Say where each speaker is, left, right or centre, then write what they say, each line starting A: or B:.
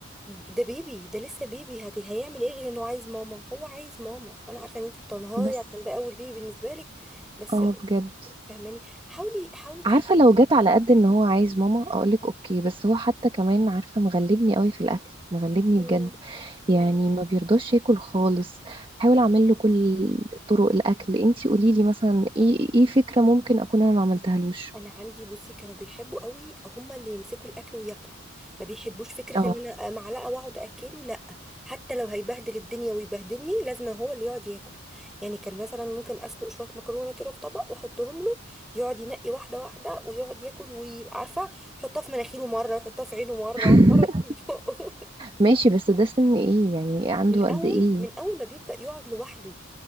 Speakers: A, in the centre; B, on the right (about 25°).
A: ده بيبي ده لسه بيبي هت... هيعمل ايه غير انه عايز ماما هو عايز ماما انا عارفة ان انتي بتنهاري
B: بس
A: عشان ده اول بيبي بالنسبة لك بس
B: اه بجد
A: فهماني حاولي حاولي
B: عارفه لو جت على قد ان هو عايز ماما اقولك اوكي بس هو حتى كمان عارفه مغلبني قوي في الاكل مغلبني
A: تعملي
B: بجد يعني ما بيرضاش ياكل خالص حاول اعمل له كل طرق الاكل انتي قولي لي مثلا ايه ايه فكره ممكن اكون انا ما عملتهالوش
A: انا عندي بصي كانوا بيحبوا قوي هما اللي يمسكوا الاكل وياكلوا ما بيحبوش فكره
B: اه
A: ان انا معلقه واقعد اكله لا حتى لو هيبهدل الدنيا ويبهدلني لازم هو اللي يقعد ياكل يعني كان مثلا ممكن اسلق شويه مكرونه كده في طبق واحطهم له يقعد ينقي واحده واحده ويقعد ياكل وعارفه يحطها في مناخيره مره يحطها في عينه مره
B: <laughs>
A: مره تيجي في بقه
B: ماشي بس ده سن ايه يعني
A: <laughs>
B: عنده
A: من
B: قد
A: اول
B: ايه
A: من اول ما بيبدا يقعد لوحده